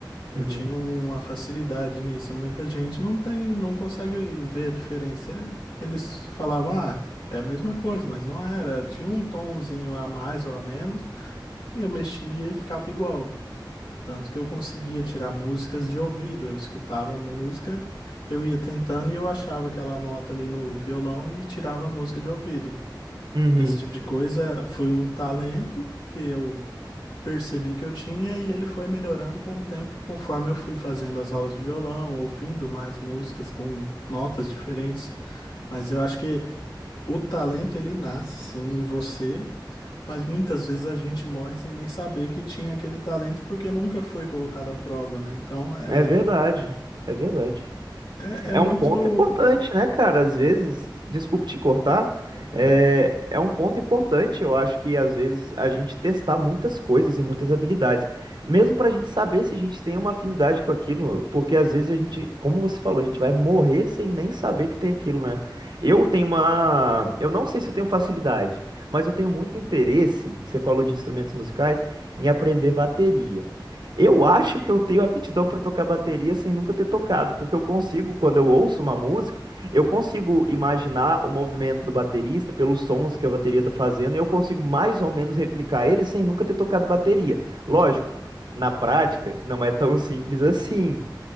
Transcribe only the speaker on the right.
uhum,
uhum.
É verdade, é verdade.
É
um ponto
importante, né, cara? Às vezes, desculpe te cortar,
é, é um ponto importante, eu acho que às vezes a gente testar muitas coisas e muitas habilidades, mesmo pra gente saber se a gente tem uma afinidade com aquilo, porque às vezes a gente, como você falou, a gente vai morrer sem nem saber que tem aquilo, né? Eu tenho uma. Eu não sei se eu tenho facilidade, mas eu tenho muito interesse, você falou de instrumentos musicais, em aprender bateria. Eu acho que eu tenho aptidão para tocar bateria sem nunca ter tocado, porque eu consigo, quando eu ouço uma música, eu consigo imaginar o movimento do baterista pelos sons que a bateria tá fazendo e eu consigo mais ou menos replicar ele sem nunca ter tocado bateria. Lógico, na prática não é tão simples assim,